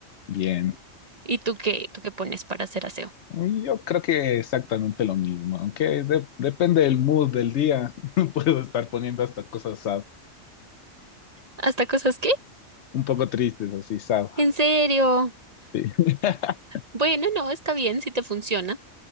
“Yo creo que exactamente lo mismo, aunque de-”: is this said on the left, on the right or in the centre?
Left